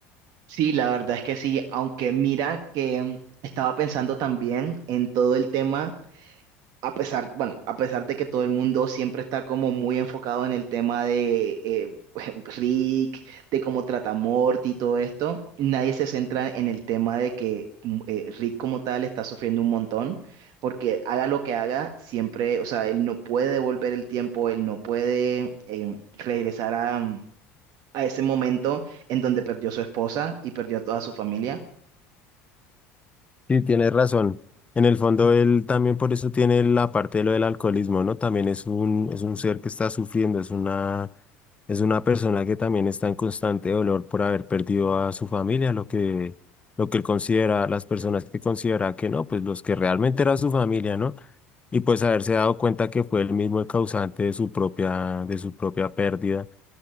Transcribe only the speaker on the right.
Sí, la verdad es que sí, aunque mira que mm, estaba pensando también en todo el tema. a pesar, bueno, a pesar de que todo el mundo siempre está como muy enfocado en el tema de eh, <laughs> Rick, de cómo trata a Morty y todo esto, nadie se centra en el tema de que mm, eh, Rick como tal está sufriendo un montón, porque haga lo que haga, siempre, o sea, él no puede devolver el tiempo, él no puede eh, regresar a, mm, a ese momento en donde perdió a su esposa y perdió a toda su familia.